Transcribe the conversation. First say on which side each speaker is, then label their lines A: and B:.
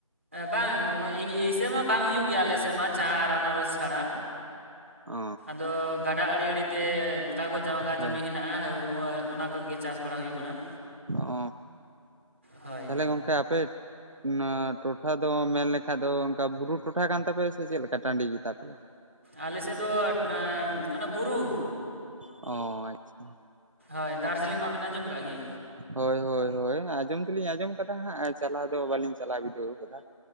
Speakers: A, on the right; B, on the right.
A: ᱵᱟᱝ ᱮᱭᱥᱮ ᱢᱟ ᱵᱟᱝ ᱦᱩᱭᱩᱜ ᱜᱮᱭᱟ ᱟᱞᱮ ᱥᱮᱫ ᱢᱟ ᱪᱟ ᱟᱨ ᱟᱱᱟᱨᱚᱥ ᱪᱷᱟᱲᱟ
B: ᱚ
A: ᱫᱚ ᱜᱟᱰᱟ ᱟᱲᱮ ᱟᱲᱮᱛᱮ ᱚᱠᱟ ᱠᱚ ᱡᱟᱣᱜᱟ
B: ᱦᱳᱭ
A: ᱡᱚᱢᱤ ᱢᱮᱱᱟᱜᱼᱟ ᱚᱱᱟ ᱠᱚᱜᱮ ᱪᱟᱥ ᱵᱟᱲᱟ ᱦᱩᱭᱩᱜ ᱠᱟᱱᱟ
B: ᱚ
A: ᱦᱳᱭ
B: ᱛᱟᱦᱞᱮ ᱜᱚᱝᱠᱮ ᱟᱯᱮ ᱚᱱᱟ ᱴᱚᱴᱷᱟ ᱫᱚ ᱢᱮᱱᱞᱮᱠᱷᱟ ᱫᱚ ᱚᱱᱠᱟ ᱵᱩᱨᱩ ᱴᱚᱴᱷᱟ ᱠᱟᱱ ᱛᱟᱯᱮᱭᱟ ᱥᱮ ᱪᱮᱫᱞᱮᱠᱟ ᱴᱟᱺᱰᱤ ᱜᱮᱛᱟ ᱯᱮᱭᱟ
A: ᱟᱞᱮ ᱥᱮᱫ ᱫᱚ ᱚᱱᱟ ᱵᱩᱨᱩ
B: ᱚ ᱟᱪᱪᱷᱟ
A: ᱦᱳᱭ ᱫᱟᱨᱡᱤᱞᱤᱝ ᱢᱟᱵᱤᱱ ᱟᱸᱡᱚᱢ ᱟᱠᱟᱫ ᱜᱮ
B: ᱦᱳᱭ ᱦᱳᱭ ᱦᱳᱭ ᱟᱸᱡᱚᱢ ᱫᱚᱞᱤᱧ ᱟᱸᱡᱚᱢ ᱠᱟᱫᱟ ᱦᱟᱸᱜ ᱪᱟᱞᱟᱣ ᱫᱚ ᱵᱟᱹᱞᱤᱧ ᱪᱟᱞᱟᱣ ᱵᱤᱰᱟᱹᱣ ᱟᱠᱟᱫᱟ